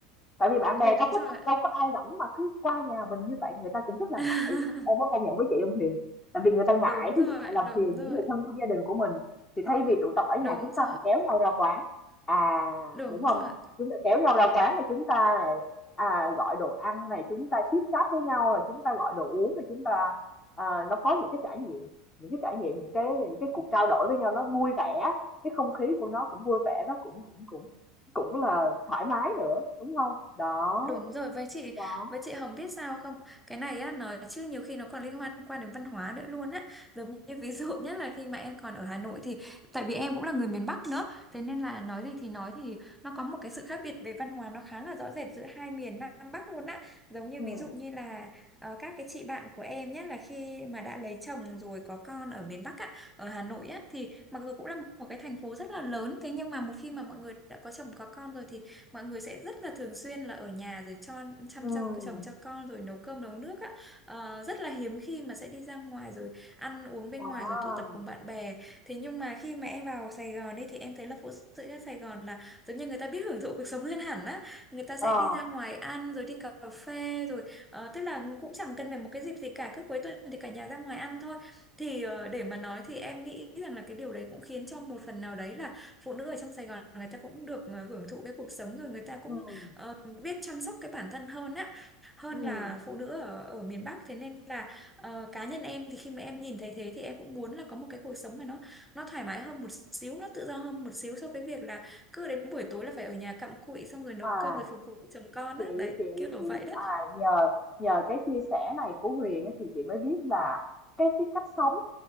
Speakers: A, on the left (about 20°); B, in the centre.
A: tại vì bạn
B: đúng
A: bè đâu có
B: rồi
A: đâu có ai rảnh mà cứ qua nhà mình như vậy người ta cũng rất là
B: <laughs>
A: ngại em có công nhận với chị ông Huyền tại vì người ta ngại
B: đúng
A: ví
B: rồi
A: dụ ngại làm
B: đúng
A: phiền
B: rồi
A: những người thân trong gia đình của mình thì thay vì tụ tập ở
B: đúng
A: nhà chúng ta
B: rồi
A: lại kéo nhau ra quán à
B: đúng
A: đúng không
B: rồi
A: ạ? chúng ta kéo nhau ra quán là chúng ta này à, gọi đồ ăn này chúng ta chit chat với nhau là chúng ta gọi đồ uống là chúng ta à, nó có những cái trải nghiệm những cái trải nghiệm những cái những cái cuộc trao đổi với nhau nó vui vẻ cái không khí của nó cũng vui vẻ nó cũng cũng cũng cũng là thoải mái nữa, đúng không Đó,
B: Đúng rồi, với chị
A: đó,
B: với chị Hồng biết sao không? Cái này á nói chứ nhiều khi nó còn liên quan quan đến văn hóa nữa luôn á. Giống như ví dụ <laughs> nhất là khi mà em còn ở Hà Nội thì tại vì em cũng là người miền Bắc nữa, thế nên là nói gì thì nói thì nó có một cái sự khác biệt về văn hóa nó khá là rõ rệt giữa hai miền Nam Bắc luôn á. Giống như
A: ừm,
B: ví dụ như là ờ, các cái chị bạn của em nhé là khi mà đã lấy chồng rồi có con ở miền Bắc á, ở Hà Nội á thì mặc dù cũng là một cái thành phố rất là lớn thế nhưng mà một khi mà mọi người đã có chồng có con rồi thì mọi người sẽ rất là thường xuyên là ở nhà rồi cho chăm
A: ừm,
B: cho chồng cho con rồi nấu cơm nấu nước á Ờ, rất là hiếm khi mà sẽ đi ra ngoài rồi ăn uống bên
A: à,
B: ngoài rồi tụ tập cùng bạn bè thế nhưng mà khi mà em vào Sài Gòn đi thì em thấy là phụ nữ ở Sài Gòn là giống như người ta biết hưởng thụ cuộc sống hơn hẳn á người ta
A: ờ,
B: sẽ đi ra ngoài ăn rồi đi cà phê rồi ờ, tức là cũng chẳng cần phải một cái dịp gì cả cứ cuối tuần thì cả nhà ra ngoài ăn thôi thì ờ, để mà nói thì em nghĩ rằng là cái điều đấy cũng khiến cho một phần nào đấy là phụ nữ ở trong Sài Gòn người ta cũng được ờ, hưởng thụ cái cuộc sống rồi người ta cũng
A: ừm,
B: ờ, biết chăm sóc cái bản thân hơn á hơn
A: ừm,
B: là phụ nữ ở ở miền Bắc thế nên là ờ, cá nhân em thì khi mà em nhìn thấy thế thì em cũng muốn là có một cái cuộc sống mà nó nó thoải mái hơn một xíu nó tự do hơn một xíu so với việc là cứ đến buổi tối là phải ở nhà cặm cụi xong rồi nấu
A: à,
B: cơm rồi phục vụ chồng con
A: chị
B: á đấy
A: chị
B: kiểu
A: chị,
B: vậy đó
A: à, nhờ nhờ cái chia sẻ này của Huyền á thì chị mới biết là cái cái cách sống